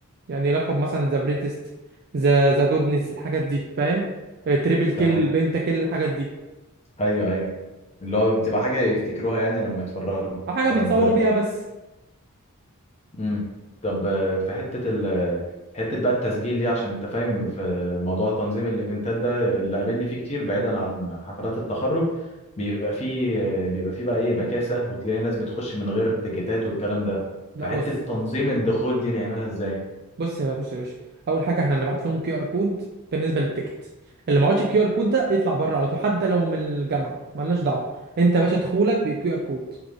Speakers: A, on the right; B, on the left.
A: يعني لقب مثلا ذا بريتست ذا ذا جودنس الحاجات دي فاهم آه، تريبل كيل
B: تمام
A: بنتا كيل الحاجات دي
B: ايوه ايوه اللي هو بتبقى حاجه يفتكروها يعني لما يتفرجوا
A: حاجه
B: طب
A: بيتصوروا بيها بس
B: امم طب آه، في حته ال حته بقى التسجيل دي عشان انت فاهم في موضوع تنظيم الايفنتات ده اللي قابلني فيه كتير بعيدا عن حفلات التخرج بيبقى فيه آه، بيبقى فيه بقى ايه بكاسه وتلاقي ناس بتخش من غير تيكيتات والكلام ده
A: لا
B: فحته
A: بص
B: تنظيم
A: بص
B: الدخول دي نعملها ازاي
A: بص يا بص يا باشا اول حاجه احنا هنبعت لهم كيو ار كود بالنسبه للتيكت اللي معهوش الكيو ار كود ده يطلع بره على طول حتى لو من الجامعه مالناش دعوه انت يا باشا دخولك بالكيو ار كود